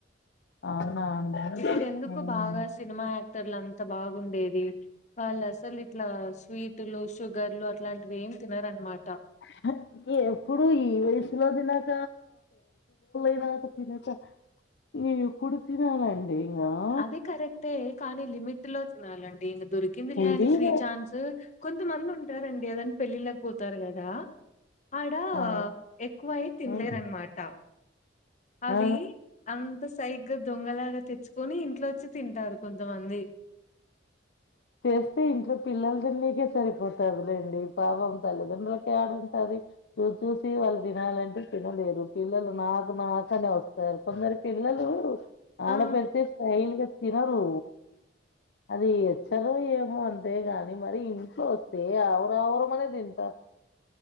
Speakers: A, on the left (about 65°); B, on the left (about 40°).
A: అవునా <unintelligible>
B: ఇప్పుడు ఎందుకు బాగా సినిమా యాక్టర్లం అంత బాగుండేది వాళ్ళు అసలు ఇట్లా స్వీట్లు షుగర్లు అట్ల ఎం తినరనమాట
A: <inaudible> ఎప్పుడు ఈ వయసులో తినక <unintelligible> <unintelligible> <unintelligible>
B: అదే కరెక్టే కానీ లిమిట్ లో తినాలండి ఇంక దొరికిందిలే
A: హెవీగా
B: అని ఫ్రీ ఛాన్స్ కొంతమంది ఉంటారండి ఏదన్నా పెళ్ళిళ్ళకు పోతారు కదా ఆడ
A: ఆ
B: ఎక్కువయి తినలేరనమాట
A: ఉమ్,
B: అవి
A: ఆ
B: అంత సైగ్గ దొంగలాగ తెచ్చుకొని ఇంట్లో వచ్చి తింటారు కొంతమంది
A: తెస్తే ఇంట్లో పిల్లల దన్నకే సరిపోతదిలేండి పాపం తల్లిదండ్రులకి యాడ ఉంటది చూ చూసి వాళ్ళు తినాలంటే తినలేరు పిల్లలు నాకు నాకు క్కనే వస్తారు కొందరు పిల్లలు ఆడపడితే
B: ఆ
A: స్టైల్గా తినరు అది వచ్చలో ఏమో అంతే గాని మరి ఇంట్లో వస్తే ఆవరువర అనే తింటారు